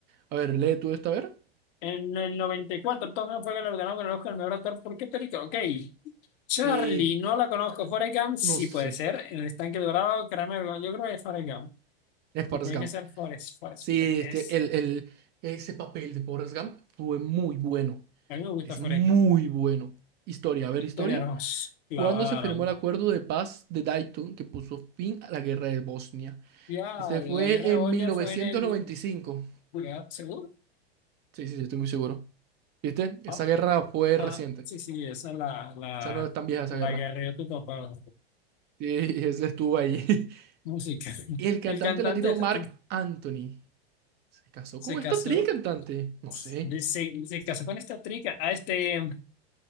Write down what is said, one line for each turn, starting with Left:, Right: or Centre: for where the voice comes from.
Right: A ver, lee tú esta, a ver.
Left: En el 94, Tom fue galardonado con el Oscar al mejor actor. ¿Por qué película? Ok. Charlie,
Right: Eh,
Left: no la conozco. Forrest Gump, sí
Right: no sé.
Left: puede ser. En el estanque dorado, Kramer, yo creo que es Forrest Gump.
Right: Es Forrest
Left: Y tiene
Right: Gump.
Left: que ser Forrest, Forrest,
Right: Sí,
Left: Forrest,
Right: es
Left: esa.
Right: que el, el- ese papel de Forrest Gump fue muy bueno.
Left: A mí me gusta
Right: Es
Left: Forrest
Right: muy
Left: Gump.
Right: bueno. Historia, a ver,
Left: Historia
Right: historia.
Left: nos clavaron.
Right: ¿Cuándo se firmó el acuerdo de paz de Dayton que puso fin a la guerra de Bosnia?
Left: Ya,
Right: Este
Left: la
Right: fue
Left: guerra de
Right: en
Left: Boña
Right: 1995.
Left: fue en el... lugar ¿Seguro?
Right: Sí, sí, sí, estoy muy seguro. ¿Viste? Esa
Left: Ah,
Right: guerra fue
Left: Ah,
Right: reciente.
Left: sí,
Right: O
Left: sí, esa es la, la,
Right: sea, no es tan vieja esa
Left: la
Right: guerra.
Left: guerrilla de tu papá.
Right: Sí, <laughs> ese estuvo ahí. <laughs>
Left: Música. <laughs>
Right: Y el cantante
Left: El cantante
Right: latino
Left: ese
Right: Marc
Left: que
Right: Anthony se casó
Left: se
Right: con
Left: casó,
Right: esta actriz cantante. No
Left: se,
Right: sé.
Left: se casó con esta trica, a este